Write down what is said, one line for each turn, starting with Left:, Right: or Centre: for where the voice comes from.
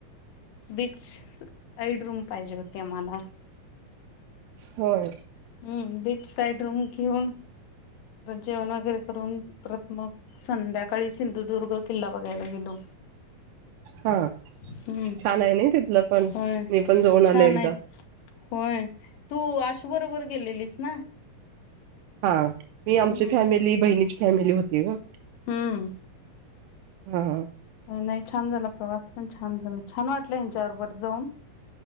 Left: बीच ऐड रूम पाहिजे होते मला
Right: होय
Left: हम्म बीच साईड रूम घेऊन जेवण वगैरे करून प्रथमग संध्याकाळी सिंधुदुर्ग किल्ला बघायला गेलो
Right: हा
Left: हम्म
Right: छान आहे ना तिथलं पण
Left: होय
Right: मी पण जाऊन
Left: छान
Right: आल एकदा
Left: आहेत होय तू अस बरोबर गेलेलीस ना
Right: हा मी आमची
Left: हम्म
Right: फॅमिली बहिणीची फॅमिली होती ग
Left: हम्म
Right: हम्
Left: नाही छान झाला प्रवास पण छान झाला छान वाटला ह्यांच्याबरोबर जाऊन